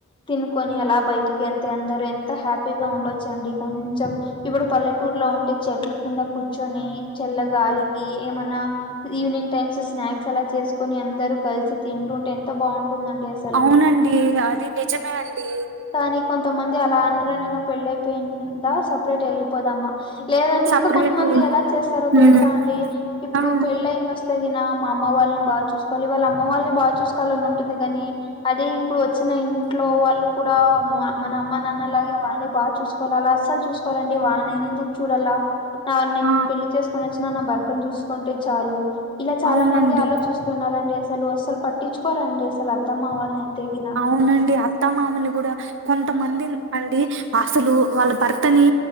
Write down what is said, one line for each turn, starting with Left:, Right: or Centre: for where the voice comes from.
Left: తినుకొని ఎలా బయటికి వెళ్తే అందరు ఎంత హ్యాపీగా ఉండచ్ చండి కొంచెం ఇప్పుడు పల్లెటూరులో ఉంటే చెట్ల కింద కూర్చొని చల్లగాలికి ఏమన్నా ఈవినింగ్ టైమ్స్ స్నాక్స్ అలా చేసుకుని అందరు కలిసి తింటుంటే ఎంత బాగుంటుందండి అసలు
Right: అవునండి అది నిజమే అండి
Left: కానీ కొంతమంది అలా అనరండి నా పెళ్ళయిపోయింద సపరేట్ వెళ్ళిపోదమా లేదంటే
Right: సపరేట్
Left: ఇంకా కొంతమంది
Right: ఉమ్
Left: ఎలా చేస్తారో తెలుసా అండి ఇప్పుడు
Right: ఆ
Left: పెళ్ళయి వస్ తగిన మా అమ్మ వాళ్ళని బా చూసుకోవాలి వాళ్ళ అమ్మ వాళ్ళని బా చూసుకోవాలని ఉంటుంది గానీ అదే ఇప్పుడు వచ్చిన ఇంట్లో వాళ్ళు కూడా మన అమ్మ న్న అలాగే వాళ్ళని బా చూసుకోవాల అలా అస్సలు చూసుకోవాలండి వాళ్ళని నేను ఎందుకు చూడాలా నా నేను
Right: ఆ
Left: పెళ్లి చేసుకొని వచ్చినా నా భర్తను చూసుకుంటే చాలు ఇలా చాలా
Right: అవునండి
Left: మంది ఆలోచిస్ స్తున్నరండి అసలు, అస్సలు పట్టిచ్చుకోరండి అసలు అత్త మామల్నీ అయితే గిన
Right: అవునండి అత్త మామలు గూడా కొంతమంది అండి అసలు వాళ్ళ భర్తని